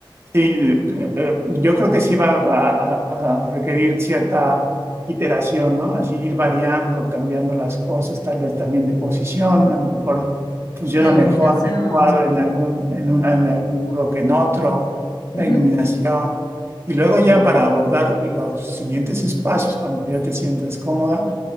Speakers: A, on the right; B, on the left.
A: Sí, eh, eh, yo creo que sí va a, a- a requerir cierta iteración, ¿no? Así ir variando, cambiando las cosas, tal vez también de posición, a lo mejor funciona
B: La iluminación.
A: mejor el cuadro en algún, en un- en algún muro que en otro,
B: Ujú,
A: la iluminación. Y luego ya para abordar los siguientes espacios, cuando ya te sientas cómoda,